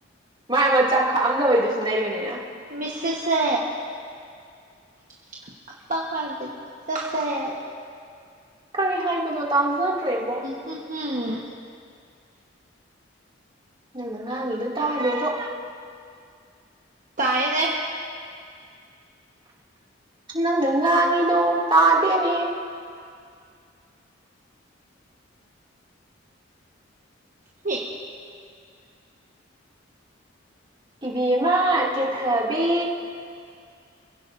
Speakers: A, on the right; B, on the right.
A: ꯃꯥꯏ ꯑꯃ ꯆꯥꯛ ꯈꯥꯛꯑꯝꯗꯕꯩꯗꯨꯁꯨ ꯅꯩꯕꯅꯤꯅ
B: ꯃꯤꯁꯦꯁꯦ <unintelligible>
A: ꯀꯔꯤ ꯍꯥꯏꯕꯅꯣ ꯇꯥꯖꯗ꯭ꯔꯦꯕꯣ
B: ꯎ ꯍꯝ
A: ꯅꯪꯅ ꯉꯥꯡꯉꯤꯗꯣ ꯇꯥꯗꯦꯕꯣ
B: ꯇꯥꯥꯏꯑꯦꯅꯦ
A: ꯅꯪ ꯉꯥꯡꯉꯗꯨ ꯇꯥꯗꯦꯅꯦ
B: ꯍ
A: ꯏꯕꯦꯝꯃ ꯀꯦꯊꯕꯤ